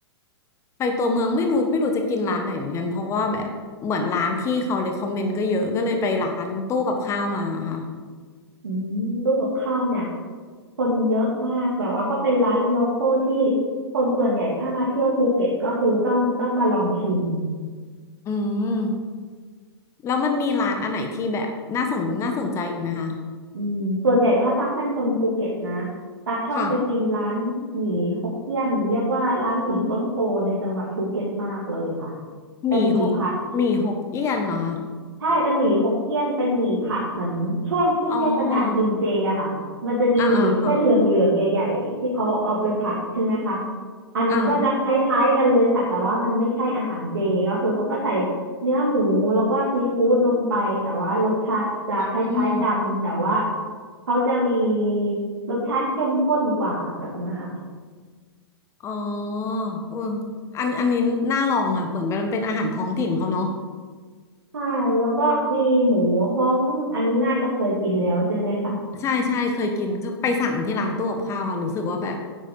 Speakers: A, on the left; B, on the right.
A: ไปตัวเมืองไม่รู้ไม่รู้จะกินร้านไหนเหมือนกันเพราะว่าแบบเหมือนร้านที่เขาเ e คคอมเมนต์ก็เยอะก็เลยไปร้านตู้กับข้าวมาค่ะ
B: อืมตู้กับข้าวเนี่ยคนเยอะมากแต่ว่าก็เป็นร้านโลคอลที่คนส่วนใหญ่ถ้ามาเที่ยวภูเก็ตก็คือต้องต้องมาลองชิม
A: อืมแล้วมันมีร้านอันไหนที่แบบน่าสนน่าสนใจอีกไหมคะ
B: อืมส่วนใหญ่ถ้าตักเป็นคนภูเก็ตนะ ตักชอบไปกินร้านหมี่ฮกเกี้ยนเรียกว่าร้านหมี่ต้นโพในจังหวัดภูเก็ตมากเลยค่ะ
A: ค่ะ
B: เป็นหมี่ผัด
A: หมี่หกหมี่หกเอี้ยนเหรอคะ
B: ใช่เป็นหมี่ฮกเกี้ยนเป็นหมี่ผัดเหมือนช่วงที่เทศกาลกินเจอะค่ะมันจะมีหมี่เส้นเหลืองๆใหญ่ๆที่เขาเอาไปผัดใช่ไหมคะ
A: อ๋ออ่าอ่าค่ะ
B: อันนี้ก็จะคล้ายๆกันเลยค่ะแต่ว่ามันไม่ใช่อาหารเจก็คือเขาก็ใส่
A: อ่า
B: เนื้อหมูแล้วก็ซีฟู้ดลงไปแต่ว่ารสชาติจะคล้ายๆกันแต่ว่า
A: อืม
B: เขาจะมีรสชาติเข้มข้นกว่าแบบเนี้ยค่ะ
A: อ๋อเอออันอันนี้น่าลองค่ะเหมือนมันเป็นอาหารท้องถิ่นเขาเนาะ
B: ใช่แล้วก็มีหมูฮ้องอันนี้น่าจะเคยกินแล้วใช่ไหมคะ
A: ใช่ใช่เคยกินก็ไปสั่งที่ร้านตู้กับข้าวค่ะรู้สึกว่าแบบ